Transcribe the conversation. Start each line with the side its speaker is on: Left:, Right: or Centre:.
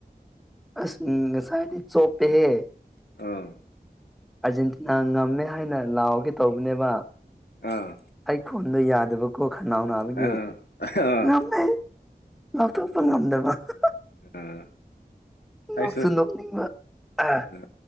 Centre: ꯑꯁ ꯉꯁꯥꯏꯗꯤ ꯆꯣꯄꯦ ꯍꯦ
Left: ꯑ
Centre: ꯑꯔꯖꯦꯟꯇꯤꯅꯥ ꯉꯝꯃꯦ ꯍꯥꯏꯅ ꯂꯥꯎꯒꯦ ꯇꯧꯕꯅꯦꯕ
Left: ꯑꯥ
Centre: ꯑꯩꯈꯣꯟꯗꯣ ꯌꯥꯗꯕꯀꯣ ꯈꯅꯥꯎ ꯅꯥꯕꯒꯤ
Left: ꯑꯥ ꯑꯥ
Centre: ꯉꯝꯃꯦ ꯂꯥꯎꯊꯣꯛꯄ ꯉꯝꯗꯕ ꯍꯍꯥ
Left: ꯎꯝ ꯑꯩꯁꯨ
Centre: ꯅꯣꯛꯁꯨ ꯅꯣꯛꯅꯤꯡꯕ ꯑꯥ
Left: ꯎꯝ